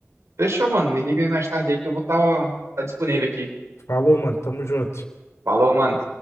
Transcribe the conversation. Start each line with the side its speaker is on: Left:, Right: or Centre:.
Right: Fechou, mano. Me liga aí mais tarde aí que eu vou estar tá, tá disponível aqui.
Left: Falou, mano, tamo junto.
Right: Falou, mano.